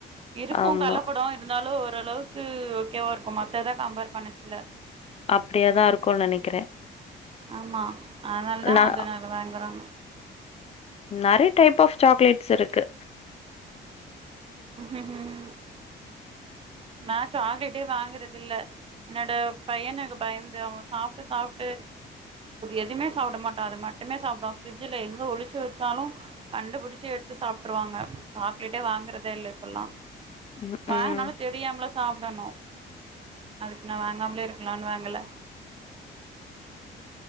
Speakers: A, on the right; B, on the left.
A: இருக்கு
B: ஆமா.
A: கலப்படோ இருந்தாலு ஓரளவுக்கு ஓகேவா இருக்கு மத்தத கம்பேர் பண்ணச்சுல
B: அப்டியாதா இருக்கு நெனைக்கிறே
A: ஆமா அதனாலதா
B: நா
A: அத நாங்க வாங்குறோ
B: நெறைய டைப் ஆப் சாக்லேட்ஸ் இருக்கு
A: <inaudible> நா சாக்லேட்டே வாங்கறதுல்ல என்னோட பையனுக்கு பயந்து அவ சாப்ட்டு சாப்ட்டு எதுமே சாப்ட மாட்டா அது மட்டனே சாப்பட ஃப்ரிட்ஜ்ல எங்க ஒழிச்சு வச்சாலு கண்டுபுடிச்சு எடுத்து சாப்ட்டுருவாங்க சாக்லேட்டே வாங்குறதே இல்ல இப்பல்லா
B: ம்.
A: வாங்கனாலு
B: ம்.
A: தெரியாமல சாப்டணு அதுக்கு நா வாங்காமலே இருக்கலான்னு வாங்கல